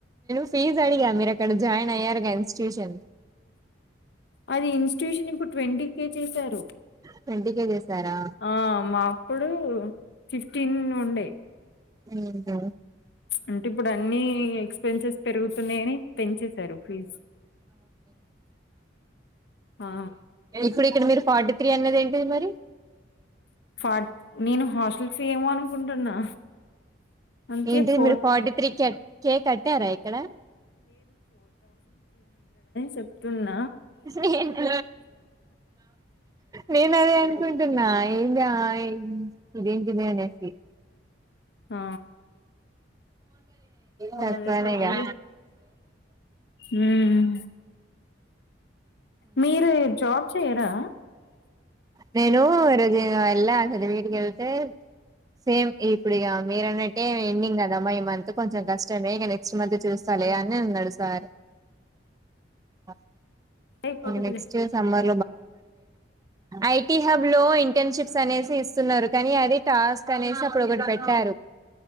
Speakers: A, on the right; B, on the left.
A: ఫీజ్ అడిగా మీరు అక్కడ జాయిన్ అయ్యారుగా ఇన్స్టిట్యూషన్
B: అది ఇన్స్టిట్యూషన్ ఇప్పుడు ట్వంటీ కే చేశారు
A: ట్వంటీ కే చేసారా
B: ఆ మా అప్పుడు టిన్ ఉండే
A: ఉహు
B: అంటే ఇప్పుడు అన్ని ఎక్స్పెన్సెస్ పెరుగుతున్నాయని పెంచేశారు ప్లీజ్ ఆ
A: ఇప్పుడు ఇక్కడ మీరు ఫార్టీ త్రీ అన్నది ఏంటిది మరి
B: పట్ నేను హాస్టల్ ఫీ ఏమో అనుకుంటున్నా అందుకే
A: ఏంటి
B: ఫోర్
A: మీరు ఫార్టీ త్రీ కెట్ కే కట్టారా ఇక్కడ
B: సెప్తున్నా
A: నేను నేనదే అనుకున్ టున్నా ఏందా ఇదేంటి ది అనేసి
B: ఆ
A: తక్కవనే
B: అదే కాదులే
A: గా
B: హ్మ్ మీరు జాబ్ చెయ్యరా
A: నేను రోజ <unintelligible> ళ్ళా <unintelligible> వెళ్తే సేమ్ ఇప్పుడిగ మీరన్నట్ ఏం ఎండింగ్ కదమ్మా ఈ మంత్ కొంచెం కష్టమే ఇక నెక్స్ట్ మంత్ చూస్తాలే అని అన్నాడు sir <unintelligible>
B: అయిపోతదిలే
A: next summer I T hub లో ఇంటర్న్షిప్స్ అనేసేసి స్తున్నారు కానీ అదే టాస్క్ అనేసి అప్పుడు ఒకటి పెట్టారు